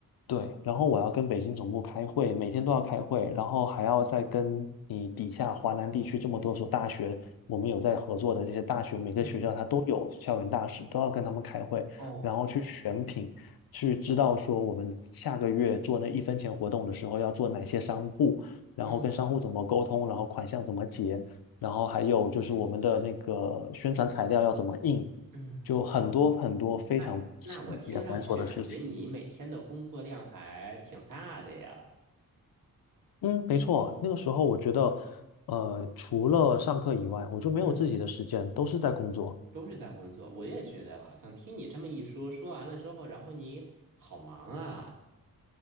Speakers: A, on the left (about 75°); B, on the right (about 60°).
A: 对，然后我要跟北京总部开会，每天都要开会，然后还要再跟你底下华南地区这么多所大学，我们有在合作的这些大学，每个学校它都有校园大使，
B: 嗯，
A: 都要跟他们开会，
B: 哦，
A: 然后去选品，去知道说我们下个月做那一分钱活动的时候要做哪些商户，然后跟商户怎么沟通，
B: 嗯，
A: 然后款项怎么结，然后还有就是我们的那个宣传材料要怎么印，
B: 明白了，嗯，
A: 就很多很多非常细节繁琐的事情。
B: 那那我听上去感觉你每天的工作量还挺大的呀，
A: 嗯，没错，那个时候我觉得，呃，除了上课以外，我就没有自己的时间，
B: 嗯，
A: 都是在工作，
B: 都是在工作，我也觉得好像听你这么一说，说完了之后，然后你好忙啊，